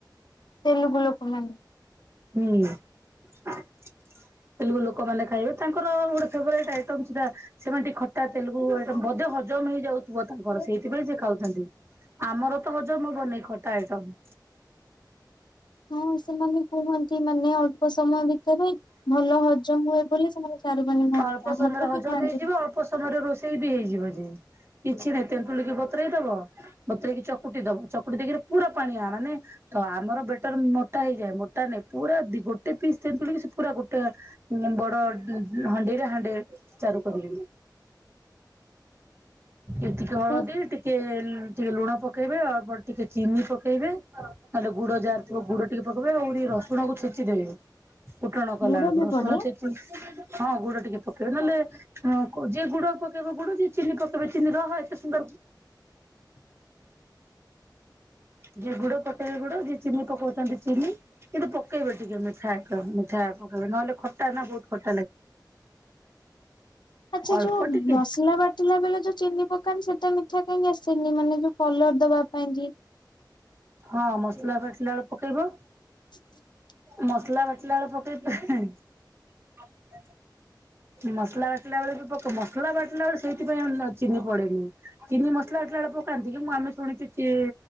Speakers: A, on the left; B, on the right.
A: ତେଲୁଗୁ ଲୋକମାନେ
B: ହୁଁ। ତେଲୁଗୁ ଲୋକମାନେ ଖାଇବେ ତାଙ୍କର ଗୋଟେ ଫେବୋରାଇଟ୍ ଆଇଟମ ସେଟା ସେମାନେ ଟିକେ ଖଟା ତେଲଗୁ ଆଇଟମ୍ ବୋଧେ ହଜମ ହେଇଯାଉ ପୁଅ ତାଙ୍କର ସେଇଥିପାଇଁ ସେ ଖାଉଥାନ୍ତି। ଆମର ତ ହଜମ ହବନି ଖଟା ଆଇଟମ।
A: <inaudible> ହଁ, ସେମାନେ କୁହନ୍ତି ମାନେ ଅଳ୍ପ ସମୟ ଭିତରେ ଭଲ ହଜମ ହୁଏ ବୋଲି ସେମାନେ ଚାରୁପାଣି ଖାଆନ୍ତି
B: ଅଳ୍ପ
A: ଆମର
B: ସମୟରେ
A: ତ କେହି
B: ହଜମ
A: ଖାଆନ୍ତିନି।
B: ହେଇଯିବ ଅଳ୍ପ ସମୟରେ ରୋଷେଇ ବି ହେଇଯିବ ଯେ। କିଛି ନାହିଁ ତେନ୍ତୁଳିିକି ବତୁରେଇ ଦବ ବତୁରେଇକି ଚକୁଟି ଦବ ଚକୁଟି ଦେଇକି ପୁରା ପାଣିଆ ମାନେ ତ ଆମର ବେଟର୍ ମୋଟା ହେଇଯାଏ। ମୋଟା ନାଇଁ ପୁରା ଦି ଗୋଟେ ପିସ୍ ତେନ୍ତୁଳିକି ସେ କି ସେ ପୁରା ଗୋଟା ଉଁ ବଡ ଉଁ ଉଁ ହଣ୍ଡେଇରେ ହାଣ୍ଡିଏ ଚାରୁ କରିଲି। ଏତିକି ହଳଦୀ
A: ହଁ
B: ଟିକେ ଟିକେ ଲୁଣ ପକେଇବେ ଅଳ୍ପ ଟିକେ ଚିନି ପକେଇବେ। ନହେଲେ ଗୁଡ ଯାହାର ଥିବ ଗୁଡ ଟିକେ ପକେଇବେ ଆହୁରି ରସୁଣକୁ ଛେଚିଦେବେ। ଫୁଟଣ କଲା
A: ଗୁଡ
B: ବେଳକୁ
A: ବି
B: ରସୁଣ
A: ପଡେ।
B: ଛେଚି ହଁ ଗୁଡ ଟିକେ ପକେଇବେ ନଲେ ଉଁ ଯିଏ ଗୁଡ ପକେଇବ ଗୁଡ ଯିଏ ଚିନି ପକେଇବେ ଚିନି ରେ ହଏ। ଏତେ ସୁନ୍ଦର
A: <inaudible>
B: ଯିଏ ଗୁଡ ପକେଇବେ ଗୁଡ ଯିଏ ଚିନି ପକଉଚନ୍ତି ଚିନି କିନ୍ତୁ ପକେଇବେ ଟିକେ ମିଠା। ତ ମିଠା ପକେଇବେ ନହେଲେ ଖଟା ନା ବହୁତ ଖଟ
A: ଆଚ୍ଛା
B: ଅଳ୍ପ
A: ଯୋଉ
B: ଟିକେ
A: ମସଲା ବାଟିଲା ବେଳେ ଯୋଉ ଚିନି ପକ୍ ଦୋକାନ ସେଟା ମିଠା କାଇଁକି ଆସେନି ମାନେ ଯୋଉ କଲର ଦବା ପାଇଁ କି?
B: ହଁ ମସଲା ବାଟିଲା ବେଳେ ପକେଇବ।
A: <inaudible>
B: ମସଲା ବାଟିଲା ବେଳେ ପକେଇ ହିଁ।
A: <inaudible>
B: ମସଲା ବାଟିଲା ବେଳେ ବି ପକ୍ ମସଲା ବାଟିଲା ବେଳେ ସେଇଥି ପାଇଁ ଆଉ ଲ ଚିନି ପଡେନି। ଚିନି ମସଲା ବାଟିଲା ବେଳେ ମୁଁ କାନ୍ଧିକି ମୁଁ ଆମେ ଶୁଣିଚୁ ଚି